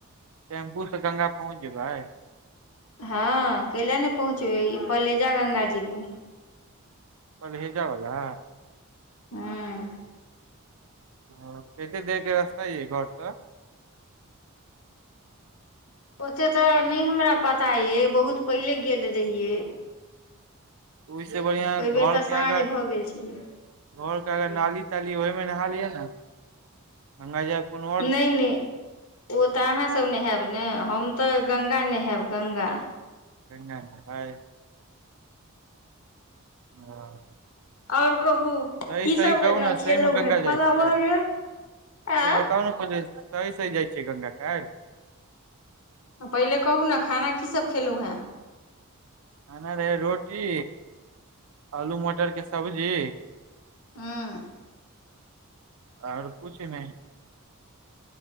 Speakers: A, on the right (about 70°); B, on the left (about 80°).
A: टेम्पू से गङ्ंगा पहुँच जेबै
B: हँ कैल नहि पहुँचबै ई पलेजा गङ्गा जेबै
A: पलहेजा वला
B: हूँ
A: हँ केत्ते देरके रस्ता यै घर सँ
B: ओते तऽ नहि हमरा पता यै बहुत पहिले गेल रहियै
A: ओहिसँ बढ़ियां
B: ओहि बेर
A: घरके
B: तऽ साँझ
A: आगां घरके
B: भऽ गेल छलै
A: आगां नाली ताली हय ओहिमे नहा लिय नऽ हमरा ये कोनो
B: नहि नहि ओ तऽ अहाँसभ नहाएब ने हम तऽ गंगा नहाएब गंगा
A: गंगा नहाएबै हँ
B: आओर कहू
A: सही
B: कीसभ
A: सही कहू ने सहीमे
B: खेलहुँ
A: गंगा
B: हेँ खाना
A: जाय छियै
B: भऽ गेल आँ
A: से बताउ न पहिले सही सही जाइ छियै गंगा काल्हि
B: पहिले कहू ने खाना कीसभ खेलहुँ हेँ
A: खाना रहै रोटी आलू मटर के सब्जी
B: हूँ
A: आओर कुछ नहि